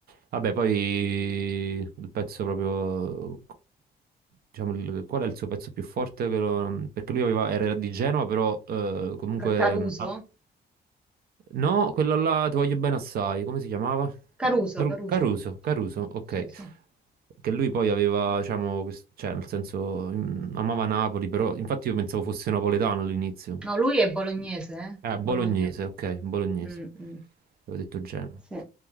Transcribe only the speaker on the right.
Vabbè, poi il pezzo proprio, diciamo, il- qual è il suo pezzo più forte? Ve lo- Perché lui aveva- era di Genova, però eh, comunque...
ah, no, quello là, Ti voglio bene assai, come si chiamava?
Caru-
Caruso, Caruso, ok.
Che lui poi aveva, diciamo, quest- cioè, nel senso, mm, amava Napoli, però infatti io pensavo fosse napoletano all'inizio.
Ah,
bolognese, ok, bolognese.
Avevo detto Genova.